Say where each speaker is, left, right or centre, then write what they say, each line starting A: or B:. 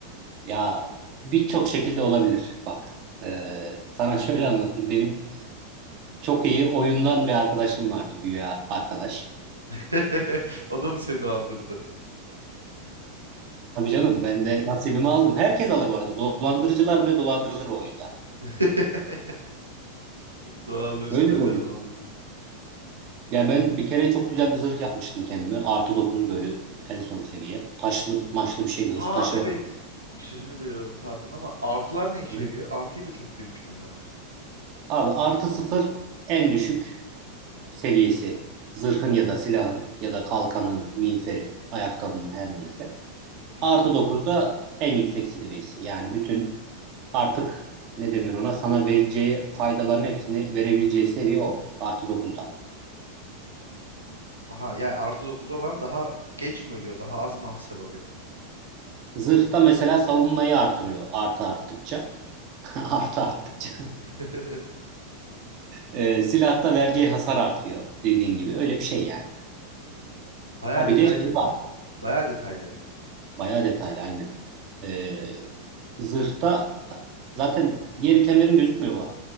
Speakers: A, on the right; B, on the right.
A: ya birçok şekilde olabilir. Bak, e, sana şöyle anlatayım. Benim çok iyi oyundan bir arkadaşım vardı güya arkadaş.
B: <laughs> O da mı seni dolandırdı?
A: Tabii canım ben de nasibimi aldım. Herkes alır bu arada. Dolandırıcılar bile dolandırılır o oyunda.
B: <laughs> Dolandırıcılar
A: Öyle bir
B: bile
A: oyun.
B: dolandırdı.
A: Ya ben bir kere çok güzel bir zırh yapmıştım kendime. Artı dokuz böyle en son seviye. Taşlı maçlı bir şeydi. Hız
B: Ha
A: taşı
B: evet.
A: vardı.
B: Sözünü bölüyorum pardon ama artılar ne işe
A: Hı.
B: yarıyor? Artıyı da çok duymuştum ben.
A: Abi artı sıfır en düşük seviyesi. Zırhın ya da silahın ya da kalkanın, miğferin, ayakkabının her neyse.
B: Hı
A: Artı
B: hı.
A: 9 da en yüksek seviyesi. Yani bütün artık ne denir ona sana vereceği faydaların hepsini verebileceği seviye o. Artı 9'da.
B: Aha yani artı 9 olan daha geç mi ölüyor? Daha az mı hasar alıyor?
A: Zırhta mesela savunmayı arttırıyor. Artı arttıkça. <laughs> Artı arttıkça.
B: <laughs>
A: E, silahta vereceği hasar artıyor dediğin gibi öyle bir şey yani.
B: Bayağı
A: Ha bir
B: detaylı.
A: de şey var
B: Bayağı detaylı.
A: bayağı detaylı aynen. E, zırhta zaten diğer itemlerin gözükmüyor bu arada.